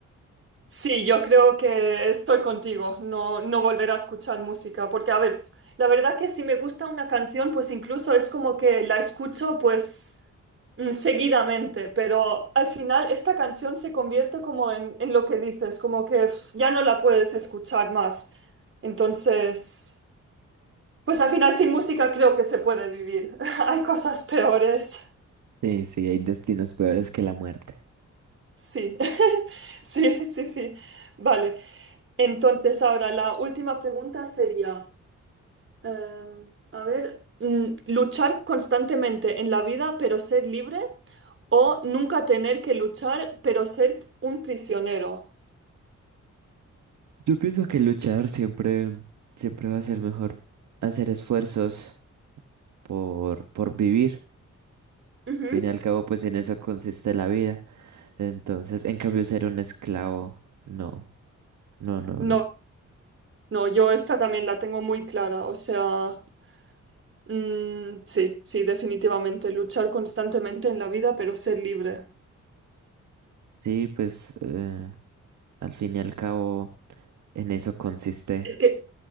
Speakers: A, on the right (about 45°); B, on the right (about 75°).
A: Sí, yo creo que estoy contigo, no, no volver a escuchar música, porque a ver, la verdad que si me gusta una canción, pues incluso es como que la escucho pues mm, seguidamente, pero al final esta canción se convierte como en, en lo que dices, como que pf, ya no la puedes escuchar más. Entonces, pues al final sin música creo que se puede vivir. <laughs> Hay cosas peores.
B: Sí, sí, hay destinos peores que la muerte.
A: Sí, <laughs> sí, sí, sí. Vale. Entonces, ahora la última pregunta sería, eh, a ver, mm, luchar constantemente en la vida pero ser libre o nunca tener que luchar pero ser un prisionero.
B: Yo pienso que luchar siempre, siempre va a ser mejor hacer esfuerzos por, por vivir.
A: Ujú.
B: Al fin y al cabo, pues en eso consiste la vida. Entonces, en cambio, ser un esclavo, no, no, no,
A: No,
B: no.
A: no, yo esta también la tengo muy clara. O sea, mm, sí, sí, definitivamente, luchar constantemente en la vida pero ser libre.
B: Sí, pues eh, al fin y al cabo, en eso consiste.
A: Es que